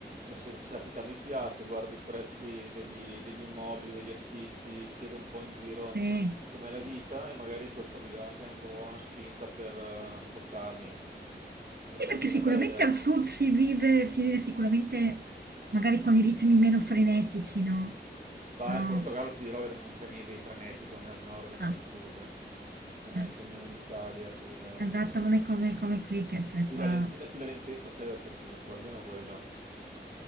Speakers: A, on the right; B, on the right.
A: se se la città mi piace, guardo i prezzi degli, degli immobili, degli affitti, chiedo un po' in giro
B: sì.
A: com'è la vita e magari questo mi dà anche un po' una spinta per eh, spostarmi. Potrebbe
B: Sì, perché
A: essere
B: sicuramente
A: una bella idea,
B: al
A: no?
B: sud si vive si vive sicuramente magari con i ritmi meno frenetici, no?
A: Bah,
B: No.
A: in Portogallo ti dirò che non non c'è niente di frenetico né al nord né
B: Ah,
A: al sud. Non è
B: eh.
A: come in Italia. Qui, è
B: Esatto,
A: tu- eh,
B: non è come come qui che cioè
A: qui
B: qua
A: la lente- la- qui la lentezza c'è dappertutto, almeno quello.